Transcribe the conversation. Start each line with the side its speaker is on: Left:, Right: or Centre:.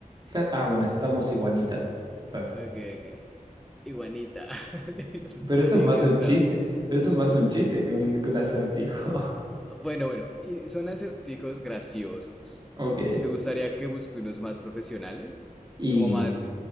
Right: Cla- ah, bueno, estamos iguanitas. Está bien.
Centre: Ok, ok. Iguanita. <laughs>
Right: Pero
Centre: Marica,
Right: eso es más
Centre: está.
Right: un chiste. Pero eso es más un chiste que un, que un acertijo. <laughs>
Centre: Bueno, bueno. Y son acertijos graciosos.
Right: Ok.
Centre: ¿Te gustaría que busque unos más profesionales?
Right: Y
Centre: Como más,